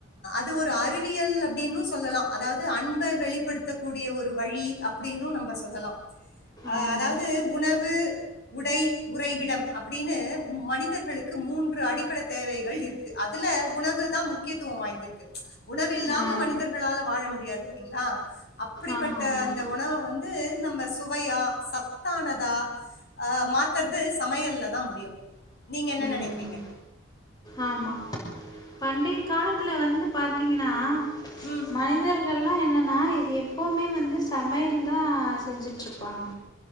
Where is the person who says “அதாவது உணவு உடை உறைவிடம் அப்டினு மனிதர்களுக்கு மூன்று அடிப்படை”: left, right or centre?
Left